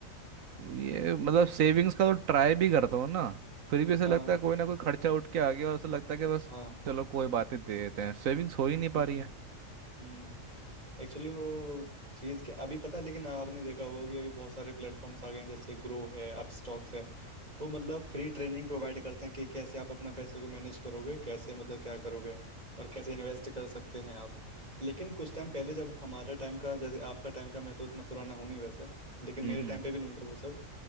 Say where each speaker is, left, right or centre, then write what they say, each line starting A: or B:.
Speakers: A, on the right (about 80°); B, on the right (about 30°).
A: ये मतलब सेविंग्स का तो ट्राई भी करता हूँ ना फिर भी ऐसा
B: हाँ
A: लगता है कोई ना कोई खर्चा उठ के आ गया और ऐसा लगता है कि बस
B: हाँ हम्म,
A: चलो कोई बात नहीं दे देते हैं सेविंग्स हो ही नहीं
B: हम्म।
A: पा रही है
B: हम्म एक्चुअली वो चीज क्या अभी पता है लेकिन आपने देखा होगा कि अभी बहुत सारे प्लेटफॉर्म्स आ गए हैं जैसे ग्रो है अपस्टॉक्स है वो मतलब फ्री ट्रेनिंग प्रोवाइड करते हैं कि कैसे आप अपना पैसे को मैनेज करोगे कैसे मतलब क्या करोगे और कैसे इन्वेस्ट कर सकते हैं आप लेकिन कुछ टाइम पहले जब हमारा टाइम का जैसे आपका टाइम का मैं तो इतना पुराना हूँ नहीं वैसे लेकिन
A: हम्म
B: मेरे टाइम पे भी नहीं था वो सब